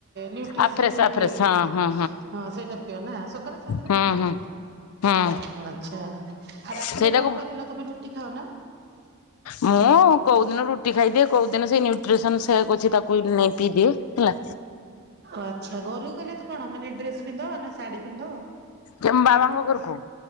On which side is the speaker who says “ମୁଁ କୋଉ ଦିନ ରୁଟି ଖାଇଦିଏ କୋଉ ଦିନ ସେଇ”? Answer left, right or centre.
Left